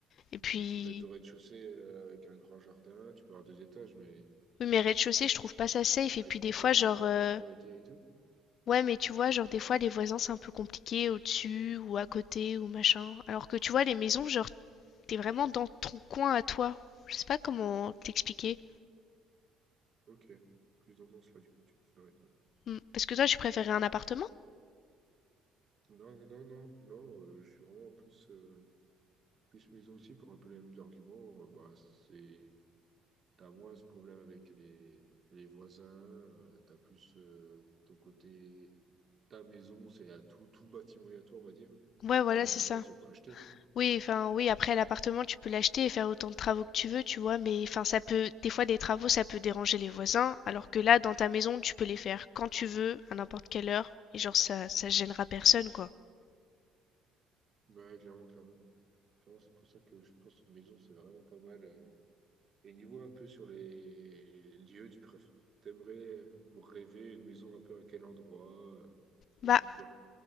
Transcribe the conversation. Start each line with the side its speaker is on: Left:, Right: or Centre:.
Left: Et
Right: Non,
Left: puis,
Right: tu peux être au rez-de-chaussée euh, avec un grand jardin, tu peux avoir deux étages, mais
Left: oui, mais rez-de-chaussée, je trouve pas ça safe. Et
Right: avec,
Left: puis des
Right: avec
Left: fois, genre,
Right: une copropriété
Left: euh,
Right: et tout.
Left: Ouais, mais tu vois, genre des fois les voisins c'est un peu compliqué au-dessus ou à côté ou machin. Alors que tu vois, les maisons, genre t'es vraiment dans ton coin à toi. Je sais pas comment t'expliquer.
Right: Ok, plus dans ce sens-là, du coup, tu préférais, toi.
Left: Hmm, Parce que toi, tu préférais un appartement?
Right: Non, non, non, non, non, euh, je suis vraiment plus, euh, plus maison aussi pour un peu les mêmes arguments. Euh, bah, c'est, t'as moins ce problème avec les, les voisins, euh, t'as plus euh, ton côté, ta maison, c'est à tout, tout bâtiment est à toi, on va dire.
Left: Ouais,
Right: Après,
Left: voilà,
Right: un
Left: c'est
Right: appartement,
Left: ça.
Right: tu vas pas acheter.
Left: Oui, enfin, oui, après l'appartement, tu peux l'acheter et faire autant de travaux que tu veux, tu vois, mais enfin, ça peut, des fois, des travaux, ça peut déranger les voisins, alors que là, dans ta maison, tu peux les faire quand tu veux, à n'importe quelle heure, et genre, ça, ça gênera personne, quoi.
Right: Ouais, clairement, clairement. Clairement, c'est pour ça que je pense que maison, c'est vraiment pas mal. euh, Et niveau un peu sur les lieux, tu préfères, t'aimerais pour rêver une maison un peu à quel endroit euh,
Left: Bah,
Right: et pourquoi?